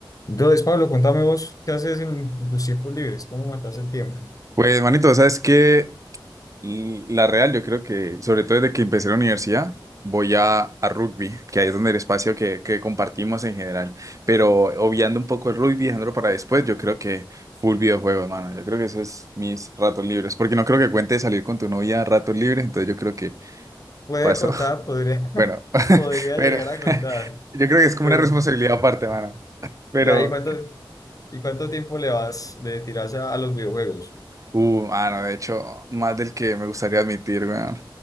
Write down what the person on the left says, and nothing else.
Entonces, Pablo, contame vos, ¿qué haces en, tus tiempos libres? ¿Cómo matas el tiempo?
Puede
contar,
podría, <laughs>
podría
llegar a
contar,
pero
ya, ¿y cuánto, y cuánto tiempo le vas, le tiras a, a los videojuegos?